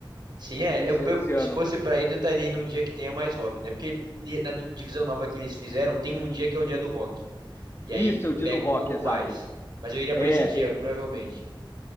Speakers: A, on the right (about 55°); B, on the left (about 30°).
A: Sim, é.
B: esse,
A: Eu, eu-
B: esse ano.
A: se fosse pra ir, eu tentaria ir num dia que tenha mais rock, né? Porque e na do- divisão nova que eles fizeram, tem um dia que é o dia do rock. E
B: Isso,
A: aí
B: é o dia
A: pega
B: do rock,
A: um pouco
B: exato.
A: mais. Mas eu iria
B: É,
A: pra esse dia,
B: tem-
A: provavelmente.